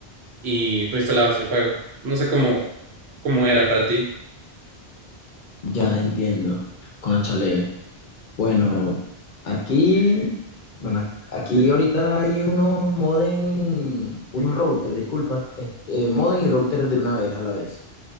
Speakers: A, on the right (about 85°); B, on the left (about 55°).
A: y tú instalabas el juego. No sé cómo, cómo era para ti.
B: ya entiendo. Cónchale. Bueno, aquí, bueno, ac- aquí ahorita hay unos modem, unos routers, disculpa, este, eh, modem y routers de una vez a la vez.